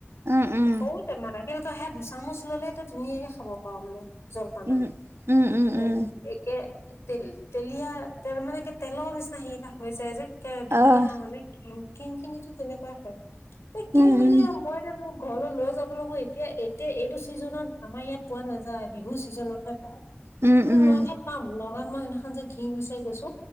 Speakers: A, on the right (about 70°); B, on the left (about 85°).
A: উম, উম,
B: সৰু টেমা সেইটো তই সে দুচামুচ ল'লেইতো ধুনীয়াকে খাব পাৰো মানে জলপানৰ
A: উম, উম, উম, উম,
B: এ কে তেল তেলীয়া তে মানে কি তেলৰ নিচিনা হেৰী এটা হৈ যায় যে
A: অ',
B: ধুনীয়া মানে কিম ক্ৰীম খিনি তেনেকুৱাই হয় এ কিম
A: উম, উম,
B: এতিয়া মই ঘৰলৈ লৈ যাব লৈকো এতিয়া এতিয়া এইটো ছিজনত আমাৰ ইয়াত পোৱা নাযায় বিহু ছিজনতহে পায়
A: উম,
B: কিন্তু
A: উম,
B: নগাঁও ত পাম নগাঁওত মই সেইদিনাখন যে ঘি বিচাৰি গৈছো